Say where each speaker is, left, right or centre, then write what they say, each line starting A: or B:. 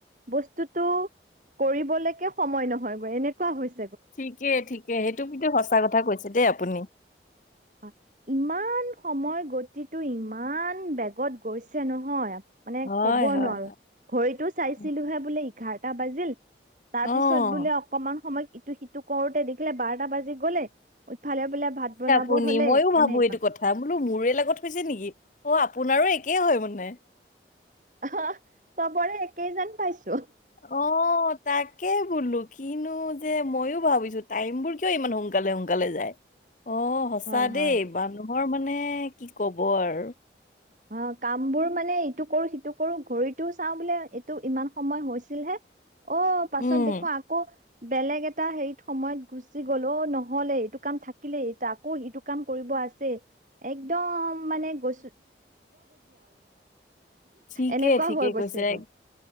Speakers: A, on the right; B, on the left.
A: বস্তুতটো কৰিবলৈকে সময় নহয় গৈ এনেকুৱা হৈছে
B: ঠিকে, ঠিকে সেইটো কিন্তু সঁচা কথা কৈছে দেই আপুনি।
A: হয়। ইমান সময় গতিটো ইমান বেগত গৈছে নহয় মানে
B: হয়,
A: ক'ব
B: হয়।
A: নোৱাৰো। ঘড়ীটো চাইছিলোঁ
B: হয়।
A: হে বোলে এঘাৰ এটা বাজিল। তাৰ
B: অ'
A: পিছত বোলে অকণমান সময় ইটো সিটো কৰোতে দেখিলে বাৰটা বাজি গলে ইফালে বোলে ভাত বনাব
B: শুনি
A: হলে
B: মইও
A: এনেকুৱা
B: ভাবো এইটো কথা বোলো মোৰে লগত হৈছে নেকি, অ আপুনি আৰু একেই হয় মানে
A: অ চবৰে একেইজন পাইছো
B: অ তাকে বোলো কি কিনো যে মইও ভাবিছো টাইম বোৰ কিয় ইমান সোনকালে-সোনকালে যায়? অ সঁচা
A: হয় হয়
B: দেই বানু হৰ মানে কি কব আৰু
A: অ কাম বোৰ মানে ইটো কৰো সিটো কৰো ঘড়ীটো চাওঁ বোলে এইটো ইমান সময় হৈছিলহে? অ পাছত
B: উম,
A: দেখো আকৌ বেলেগ এটা হেৰিত সময়ত গুচি গল অ। নহলে এইটো কাম থাকিলেই এইটো আকৌ ইটো কাম কৰিব আছে একদম মানে গৈছ
B: ঠিকে
A: এনেকুৱা
B: ঠিকে
A: হৈ গৈছেগৈ
B: কৈছে